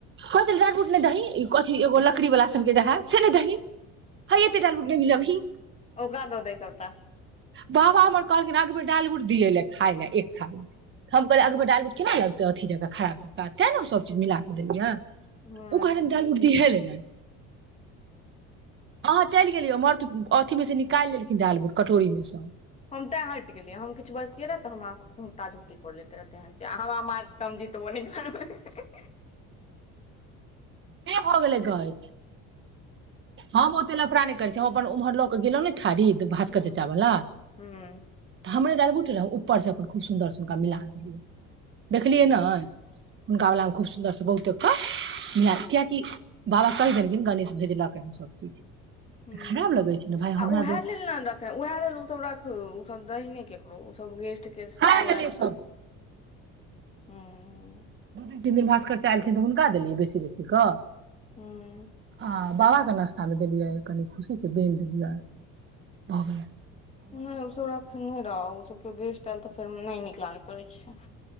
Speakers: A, on the right (about 40°); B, on the left (about 20°).
A: उते डांटा बुट नहि दहिं कथी एगो लकड़ी वाला सा से नहि दहिं हइए एते दालमुट नहि मिलबहि
B: ओकरा द दहिं सबटा
A: बाबा हमर कहलखिन अगब डालमुट पिय लय खायल एक थारी हम कहलिए
B: हँ
A: अगबे डालबुट केना लगतै अथी जंका खराब ज तैं ने ओ सब चीज मिलाके दैलिअन
B: हँ
A: ओ कहै रहै दालमुट दिहांलय नैय
B: <inaudible>
A: अहाँ चलि गेलियौ मर्द अथि मे से निकालि लेलखिन दालि बोट कटोरी मे से
B: हम तें हटि गेलियै हम किछ बजतै रहै तऽ हम ताजो कर ले रहेे त ओ नहि हें हें
A: से भऽ गेलै गैय हम ओते लफड़ा नहि करैत छी हम अपन उम्हर लऽ केऽ गेलहुँ ने थारीक भात
B: हँ
A: कटेता वला
B: हूं हँ
A: तऽ हमरे दालि उठलहुँ उ उपर सँ अपन खूब सुन्दर हुनका मिला देलियै देखलियै ने हुनका वलामे खूब सुन्दरसे बहुते म कियकि बाबा कहि देलखिन गणेश भेजलक हन सब चीज
B: हुँ
A: खराब लगै छै ने भाय
B: आ
A: हमरा
B: उएह
A: दो
B: लेल ने रखे उएह लेल ओसभ रखू ओसभ दहीने केकरो ओ सब गेस्ट के
A: खा
B: केओ
A: गेलै
B: आयल
A: सब
B: तऽ ह्म
A: दू दिन तीन दिन भास्करचि एयलखिन तऽ हुनका देलियै बेसी बेसीे कऽ
B: ह्मं
A: आ बाबा के नश्ता देलियै कनि खुशी के बन देलियै भगैलै
B: नहि ओसभ रखने नहि रह ओसभ केओ गेस्ट आयल तऽ फेर नहि नीक लागैत रहैत छै